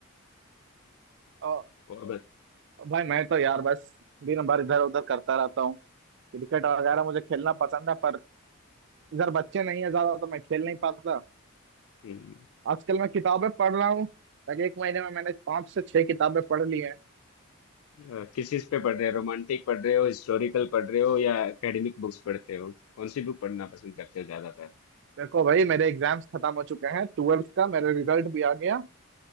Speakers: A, on the right; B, on the left.
A: और
B: और बस
A: भाई मैं तो यार बस दिन भर इधर उधर करता रहता हूँ क्रिकेट वगैरह मुझे खेलना पसंद है पर इधर बच्चे नहीं है ज्यादा तो मैं खेल नहीं पाता
B: हम्म,
A: आजकल मैं किताबें पढ़ रहा हूँ तक एक महीने में मैंने पांच से छह किताबें पढ़ ली हैं
B: अ, किस चीज पे पढ़ रहे हो रोमांटिक पढ़ रहे हो हिस्टोरिकल पढ़ रहे हो या एकेडमिक बुक्स पढ़ते हो कौन सी बुक पढ़ना पसंद करते हो ज्यादातर
A: देखो भाई मेरे एग्जाम्स खत्म हो चुके हैं ट्वेल्थ का मेरा रिजल्ट भी आ गया